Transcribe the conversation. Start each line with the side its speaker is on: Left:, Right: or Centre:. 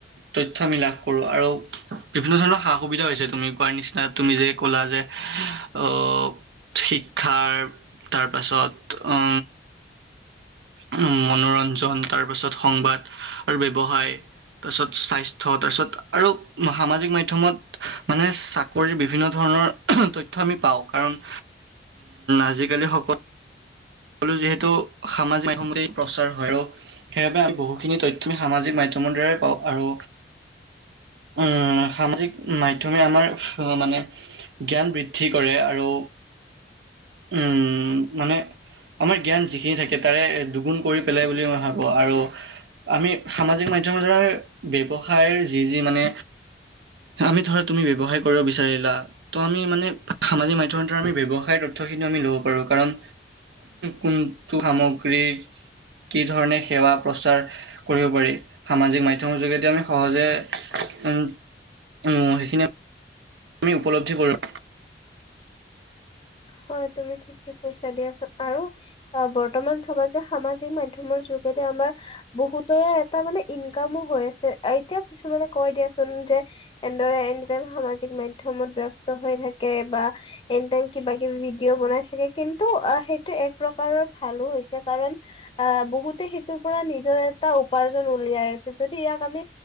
Right: তথ্য আমি লাভ কৰো আৰু বিভিন্ন ধৰণৰ সা সুবিধা হৈছে তুমি কোৱাৰ নিচিনা তুমি যে ক'লা যে অহ শিক্ষাৰ তাৰ পাছত উ উ মনোৰঞ্জন তাৰপাছত সংবাদ আৰু ব্যৱসায় তাৰ পাছত স্বাস্থ ছ তাৰপিছত আৰু সামাজিক মাধ্যমত মানে চাক কৰি বিভিন্ন ধৰণৰ তথ্য আমি পাওঁ কাৰণ আজিকালি সকল সকলো যিহেতু সামাজিক মাধ্মতেই প্ৰচাৰ হয় আৰু সেইবাবে আমি বহুখিনি তথ্য আমি সামাজিক মাধয়ম মন্দিৰৰে পাওঁ আৰু উম সামাজিক মাধ্যমে আমাৰ মানে জ্ঞান বৃদ্ধি কৰে আৰু উ মানে আমাৰ জ্ঞান যিখিনি থাকে তাৰে দুগুণ কৰি পেলাই বুলি মই ভাবোঁ আৰু আমি সামাজিক মাধ্যমৰ দ্বাৰা ব্যৱসায়ৰ যি যি মানে আমি ধৰা তুমি ব্যৱসায় কৰিব বিচাৰিলা ত' আমি মানে সামাজিক মাধ্যমৰে আমি ব্যৱসায় তথ আমি ল'ব পাৰো কাৰণ কোনটো সামগ্ৰী কি ধৰণে সেৱা প্ৰচাৰ কৰিব পাৰি সামাজিক মাধ্যমৰ যোগেদি আমি সহজে উ, উ সেইখিনিয়ে আমি উপলব্ধি কৰো।
Left: হয় তুমি ঠিক ঠিক কৈছা দিয়াচোন, আৰু অ' বৰ্তমান চবা যে সামাজিক মাধ্যমৰ যু আমাৰ বহুতৰে এটা মানে ইনকামো হৈ আছে, এতিয়া কিছুমানে কৈ দিয়াচোন যে এনেদৰে এনিটাইম সামাজিক মাধ্যমত ব্যস্ত হৈ থাকে বা এনিটাইম কিবা কিবি ভিডিঅ' বনাই থাকে কিন্তু আ সেইটো এক প্ৰকাৰৰ ভালো হৈছে কাৰণ আহ বহুতে সেইটোৰ পৰা নিজৰ এটা উপাৰ্জন উলিয়াই আছে যদি ইয়াক আমি